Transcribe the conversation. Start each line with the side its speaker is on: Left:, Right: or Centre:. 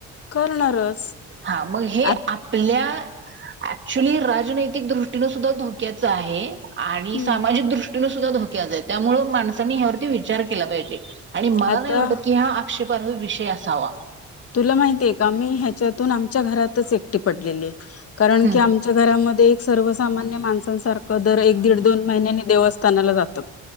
Left: करणारच
Right: हा मग हे
Left: आ
Right: आपल्या ऍक्च्युली राजनैतिक दृष्टीनं सुद्धा धोक्याच आहे आणि
Left: हम्म
Right: सामाजिक दृष्ट ष्टीने सुद्धा धोक्याच आहे त्यामुळे माणसाने यावरती विचार केला पाहिजे आणि मला
Left: आता
Right: नाही वाटत की हा आक्षेपार्ह विषय असावा.
Left: तुला माहितीये का आम्ही ह्याच्यातून आमच्या घरातच एकटी पडलेली आहे. कारण
Right: हम्म
Left: की आमच्या घरामध्ये सर्वसामान्य माणसांसारखं दर एक दीड दोन महिन्यानी देवस्थानाला जातात.